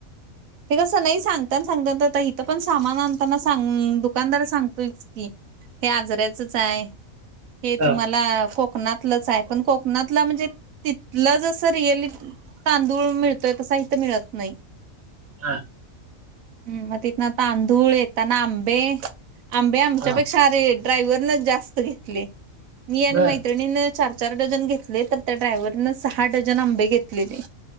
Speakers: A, on the right; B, on the right.
A: ते कस नाई,, सांगतान सांगतात, आता इिथं पण सामान आणताना सांगऽऽ दुकानदार सांगतोयच किऽऽ हे आजराचच आह,, हे तुम्हाला
B: हा,
A: कोऽऽ कोकणातलंच आय,, पण कोकणातलं म्हणजे तिथलं जसं रिअलिऽऽ तांदूळ मिळतोय त साहित्य मिळत नाही
B: हा
A: हम मग तिथ ना तांदूळ येताना आंबे आंबे आमच्यापेक्षा
B: हा.
A: अरे ड्रायव्हरन जास्त घेतले मी आणि
B: बर
A: मैत्रिणीन चार चार डझन घेतले तर त्या ड्रायव्हरने सहा डजन आंबे घेतलेले